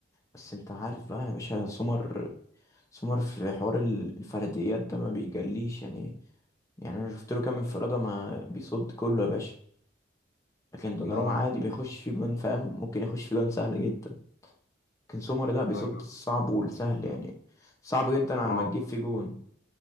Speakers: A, on the left; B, on the left.
A: بس انت عارف بقى يا باشا سمر سمر في حوار ال- الفرديات ده ما بيجليش يعني يعني انا شفت له كام انفرادة ما بيصد كله يا باشا لكن دوناروما
B: نعم
A: عادي بيخش فيه جوان فاهم ممكن يخش فيه جوان سهل جدا لكن سومر ده بيصد
B: ايوه
A: الصعب والسهل يعني صعب جدا
B: ما
A: على ما تجيب فيه جون